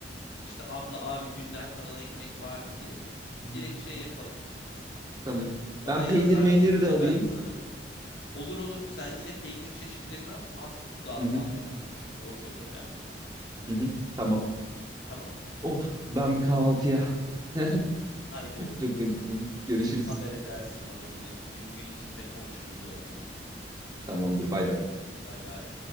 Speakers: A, on the left; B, on the right.
A: İşte abla abi dünden kalan ekmek var mı diye
B: Hı hı,
A: direkt şey yapalım.
B: tamam.
A: Bana
B: Ben
A: yazarsın
B: peynir meyniri
A: yine
B: de alayım.
A: ben de sana olur olur sen yine peynir çeşitlerini al az su da alman
B: Hı hı,
A: lazım çünkü o çok önemli.
B: hı hı, tamam.
A: Tamam?
B: Of ben bir kahvaltıya. <laughs>
A: Haydi o zaman.
B: Çok acıktım. Görüşürüz.
A: Haber edersin bana yine. Bugün gün içinde konuşuruz olmadı.
B: Tamamdır. Bay bay.
A: Bay bay.